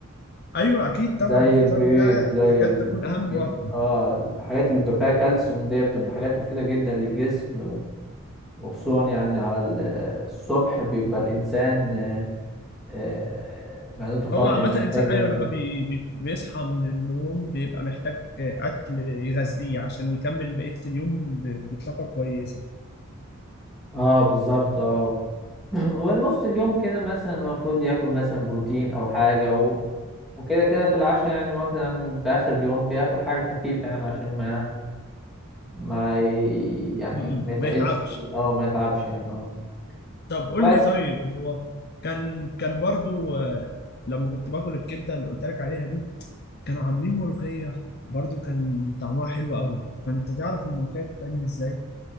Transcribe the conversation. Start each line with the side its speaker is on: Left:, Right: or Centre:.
Left: ايوه اكيد
Centre: زي
Left: طبعا الفطار
Centre: البيض
Left: ده
Centre: زي
Left: تكاد
Centre: الجبن
Left: تكون اهم وجبه
Centre: اه الحاجات اللي بيبقى فيها كالسيوم دي بتبقى حاجات مفيدة جدا للجسم و- وخصوصا يعني على ال- الصبح بيبقى الانسان آه، آه، معدته فاضية
Left: هو عامه
Centre: محتاج
Left: الانسان ايوه
Centre: يم-
Left: لما بي... بي... بيصحى من النوم بيبقى محتاج اكل يغذيه عشان يكمل بقيه اليوم ب... بطاقه كويسه
Centre: اه بالظبط اه <laughs> ونص اليوم كده مثلا المفروض ياكل مثلا بروتين او حاجه و... وكده كده في العشاء يعني مثلا في اخر اليوم بياكل حاجه خفيفه يعني عشان ما ما ي... يعني
Left: م- م.
Centre: ما يتقلش
Left: ما يتعبش
Centre: اه ما يتعبش يعني اه
Left: طب قول
Centre: كويس
Left: لي طيب هو كان كان برضو آه، لما كنت باكل الكبده اللي قلت لك عليها دي كانوا عاملين ملوخية برضو كان طعمها حلو قوي فانت تعرف الملوخية بتتعمل ازاي